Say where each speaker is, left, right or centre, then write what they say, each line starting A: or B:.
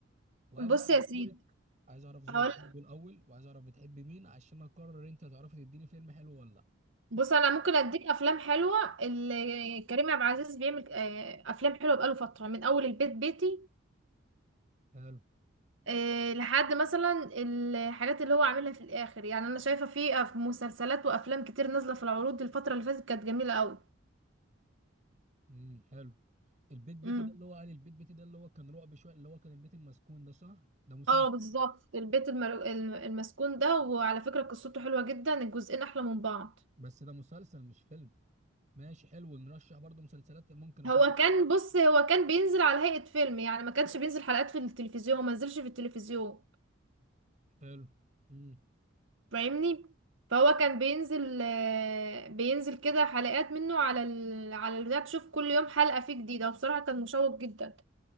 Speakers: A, on the right; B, on the right.
A: وعايز
B: بص
A: اعرف
B: يا سيدي
A: ذوقك عايز اعرف ذوقك
B: هقول
A: برضه الاول وعايز اعرف بتحبي مين عشان اقرر انت هتعرفي تديني فيلم حلو ولا لا
B: بص انا ممكن اديك افلام حلوه اللي كريم عبد العزيز بيعمل آه، افلام حلوه بقاله فتره من اول البيت بيتي
A: حلو
B: آه، لحد مثلا الحاجات اللي هو عاملها في الاخر يعني انا شايفه في أف- مسلسلات وافلام كتير نازله في العروض الفتره اللي فاتت كانت جميله قوي
A: امم حلو البيت بيتي
B: امم
A: ده اللي هو قال البيت بيتي ده اللي هو كان رعب شويه اللي هو كان البيت المسكون ده صح ده مسلسل
B: اه بالظبط البيت المر... الم- المسكون ده وعلى فكره قصته حلوه جدا الجزئين احلى من بعض
A: بس ده مسلسل مش فيلم ماشي حلو نرشح برضه مسلسلات ممكن اتابع
B: هو كان بص هو كان بينزل على هيئه فيلم يعني ما كانش بينزل حلقات في التلفزيون ما نزلش في التلفزيون
A: حلو امم
B: فاهمني فهو كان بينزل آه، بينزل كده حلقات منه على ال... على البتاع تشوف كل يوم حلقة فيه جديدة وبصراحة كان مشوق جدا